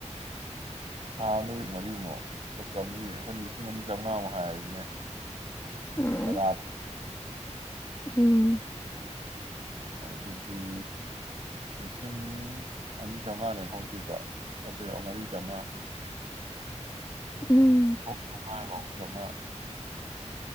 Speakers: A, on the right; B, on the left.
A: ꯊꯥ ꯑꯗꯨ ꯃꯔꯤꯃꯨꯛ ꯂ ꯆꯥꯝꯃꯔꯤ ꯑꯩꯈꯣꯏꯅ ꯂꯤꯁꯤꯡ ꯑꯅꯤ ꯆꯥꯝꯃꯉꯥꯃꯨꯛ ꯍꯥꯏꯔꯁꯤꯅꯦ
B: ꯎꯝ
A: ꯑꯣꯥꯞ
B: ꯎꯝ
A: ꯑꯗꯨꯗꯤ ꯂꯤꯁꯤꯡ ꯑꯅꯤ ꯆꯥꯝꯃꯉꯥ ꯂꯦꯝꯍꯧꯗꯕ ꯑ ꯃꯔꯤ ꯆꯥꯝꯃꯉꯥ
B: ꯎꯝ
A: ꯑꯉꯥꯏ ꯆꯉ